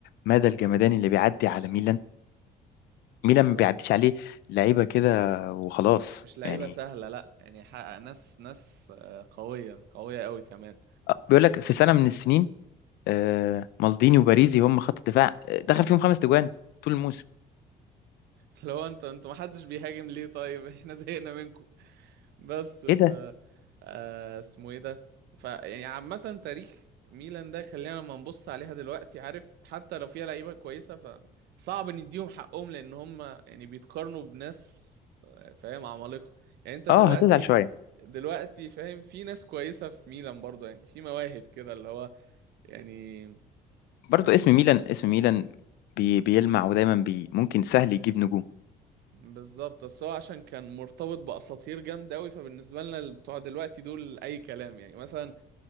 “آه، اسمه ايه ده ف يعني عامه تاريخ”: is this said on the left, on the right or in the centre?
Right